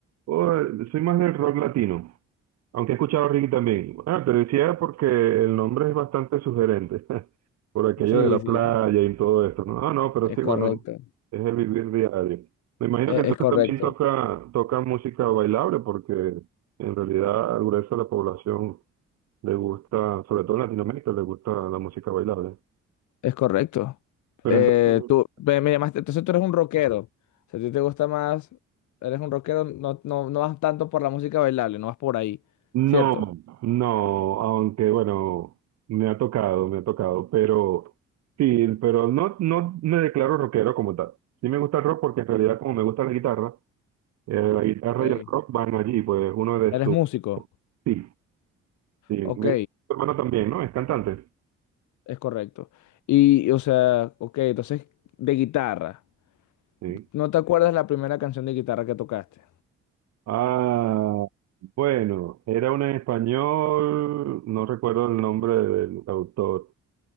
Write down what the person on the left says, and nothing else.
Sí,
sí,
es
correcto.
e-
Es, correcto.
Es correcto.
Eh,
tú ve, me llamaste, entonces tú eres un rockero. O sea, a ti te gusta más, eres un rockero, no, no, no vas tanto por la música bailable, no vas por ahí,
¿cierto?
Ok.
Eres
músico,
ok,
es correcto. Y, o sea, ok, entonces de guitarra.
¿No te acuerdas la primera canción de guitarra que tocaste?